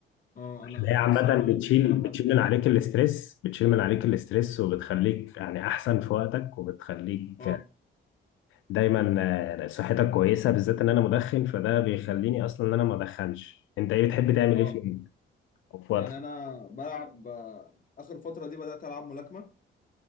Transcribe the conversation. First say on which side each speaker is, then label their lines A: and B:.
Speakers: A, on the left; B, on the left.
A: اه
B: عشان
A: انا
B: هي عامه
A: انا بصراحه ما
B: بتشيل
A: لعبتش سباحه
B: بتشيل
A: قبل كده
B: من عليك الاسترس بتشيل من عليك الاسترس وبتخليك يعني احسن في وقتك وبتخليك
A: اه
B: دايما آه، صحتك كويسه بالذات ان انا مدخن فده بيخليني اصلا ان انا ما ادخنش انت ايه بتحب تعمل
A: اه
B: ايه في يومك او في وقتك
A: يعني انا بلعب آه، اخر فتره دي بدات العب ملاكمه